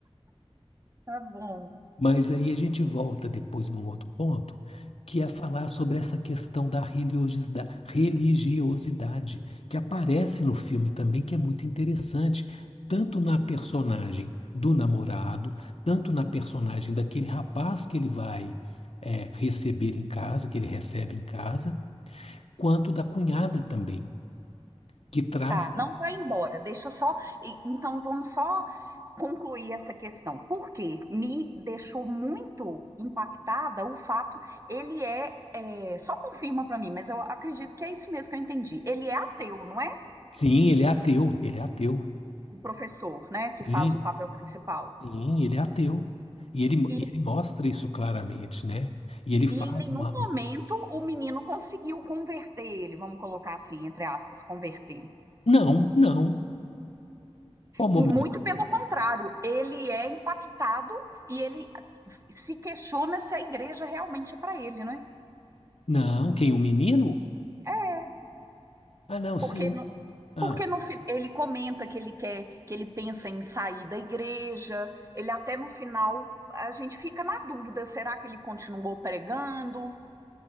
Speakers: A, on the right; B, on the left.
A: Tá bom.
B: Mas aí a gente volta depois num outro ponto, que é falar sobre essa questão da religiosida- religiosidade, que aparece no filme também, que é muito interessante, tanto na personagem do namorado, tanto na personagem daquele rapaz que ele vai, eh, receber em casa, que ele recebe em casa, quanto da cunhada também, que traz.
A: Tá, não vai embora, deixa eu só. e- Então vamos só concluir essa questão, porque me deixou muito impactada o fato, ele é, é, só confirma para mim, mas eu acredito que é isso mesmo que eu entendi. Ele é ateu, não é?
B: Sim, ele é ateu, ele é ateu.
A: O professor, né, que
B: Sim.
A: faz o papel principal.
B: Sim, ele é ateu. E ele,
A: E,
B: e ele mostra isso claramente, né? E ele faz
A: e em nenhum
B: uma. um,
A: momento o menino conseguiu converter ele, vamos colocar assim, entre aspas, converter.
B: Não, não. Qual momento?
A: E muito pelo contrário, ele é impactado e ele se questiona se a igreja realmente é para ele, né?
B: Não, quem? O menino?
A: É,
B: Ah, não, sim.
A: porque
B: O... Ah,
A: Porque no, fi- ele comenta que ele quer, que ele pensa em sair da igreja. Ele até no final, a gente fica na dúvida, será que ele continuou pregando?